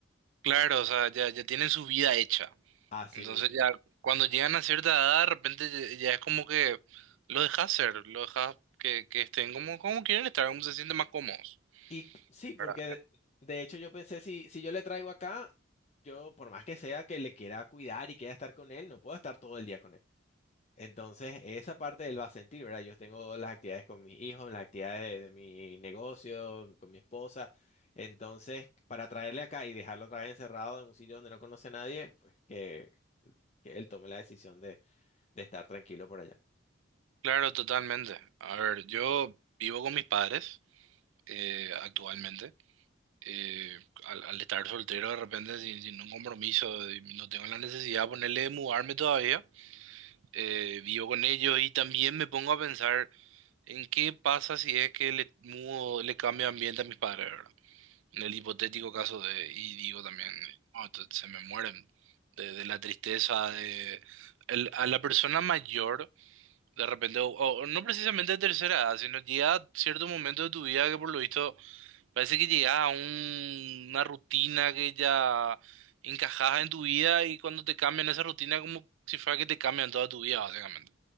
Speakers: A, on the right; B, on the left.
A: Claro, o sea, ya, ya tienen su vida hecha.
B: a sí
A: Entonces
B: mismo.
A: ya cuando llegan a cierta edad, de repente ya, ya es como que lo dejas ser, lo dejas que, que estén como, como quieren estar, como se sienten más cómodos.
B: Y c- sí, porque
A: ¿verdad?
B: de, de hecho yo pensé, si, si yo le traigo acá, yo por más que sea que le quiera cuidar y quiera estar con él, no puedo estar todo el día con él. Entonces, esa parte él va a sentir, ¿verdad? Yo tengo las actividades con mis hijos, las actividades de, de mi negocio, con mi esposa. Entonces, para traerle acá y dejarlo otra vez encerrado en un sitio donde no conoce a nadie, pues que, que él tome la decisión de, de estar tranquilo por allá.
A: Claro, totalmente. A ver, yo vivo con mis padres eh, actualmente. eh, al, al estar soltero de repente sin, sin un compromiso, y no tengo la necesidad de ponerle de mudarme todavía, eh, vivo con ellos y también me pongo a pensar en qué pasa si es que le mudo, le cambio de ambiente a mis padres, ¿verdad? En el hipotético caso de, y digo también, "No, esto- se me mueren de, de la tristeza, de el- a la persona mayor, de repente, o, o no precisamente de tercera edad, sino llega cierto momento de tu vida que por lo visto Parece que llegas a un- una rutina que ya encajaba en tu vida y cuando te cambian esa rutina, como si fuera que te cambian toda tu vida, básicamente.